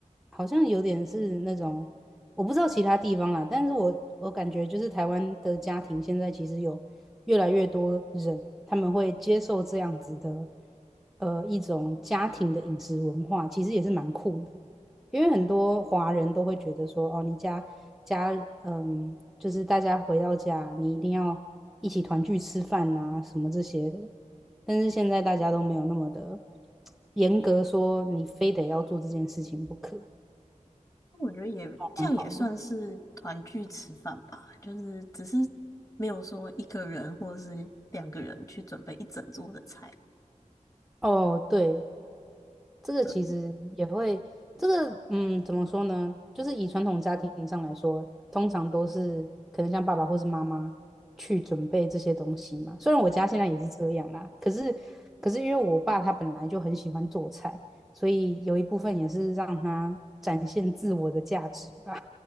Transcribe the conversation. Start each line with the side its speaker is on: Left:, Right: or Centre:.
Centre: 好像有点是那种，我不知道其他地方啦，但是我我感觉就是台湾的家庭现在其实有越来越多人，他们会接受这样子的呃一种家庭的饮食文化，其实也是蛮酷的。因为很多华人都会觉得说，哦，你家家，嗯，就是大家回到家，你一定要一起团聚吃饭啊，什么这些的。但是现在大家都没有那么的严格，说你非得要做这件事情不可，
Left: 我觉得也这样也算是团聚吃饭吧，
Centre: 蛮好的。
Left: 就是只是没有说一个人或者是两个人去准备一整桌的菜。
Centre: 哦，对，这个其实也会，
Left: 对，
Centre: 这个嗯，怎么说呢？就是以传统家庭上来说，通常都是可能像爸爸或是妈妈去准备这些东西嘛。虽然我家现在也是这样啦，
Left: 嗯，
Centre: 可是可是因为我爸他本来就很喜欢做菜，所以有一部分也是让他展现自我的价值吧。